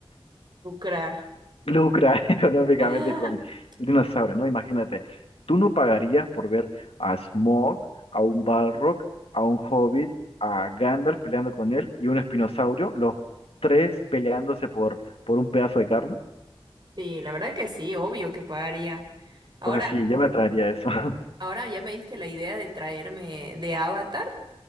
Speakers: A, on the right (about 50°); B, on the left (about 80°).
A: Lucrar.
B: lucra <laughs> económicamente
A: <laughs>
B: con el dinosaurio, ¿no? Imagínate, tú no pagarías por ver a Smaug, a un Balrog, a un Hobbit, a Gandalf peleando con él y un espinosaurio, los tres peleándose por, por un pedazo de carne.
A: Sí, la verdad que sí, obvio que pagaría. Ahora,
B: Entonces sí, yo me atraería eso. <laughs>
A: ahora ya me diste la idea de traerme de Avatar,